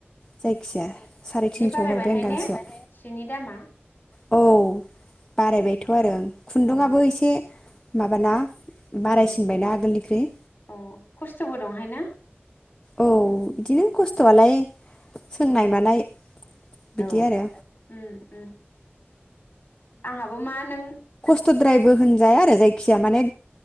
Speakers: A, on the left; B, on the left.
A: जायखिजाया साराय
B: जि
A: थिनस'
B: बारायबायहाय
A: हरबाय आं गांसेयाव
B: ने सिनि दामा।
A: औ बारायबायथ' आरो। खुन्दुंआबो
B: उम
A: एसे माबाना बारायसिनबायना
B: औ
A: आगोलनिख्रुइ
B: औ खस्थ'बो दंहाय ना।
A: औ बिदिनो खस्थ'आलाय सोंनाय मानाय बिदि
B: औ
A: आरो
B: उम उम। आंहाबो मा नों
A: द्रायबो होनजाया आरो जायखिजाया माने